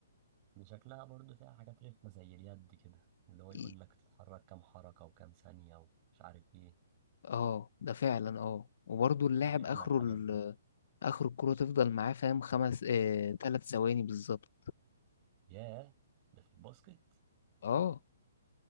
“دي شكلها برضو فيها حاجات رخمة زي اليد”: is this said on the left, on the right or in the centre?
Right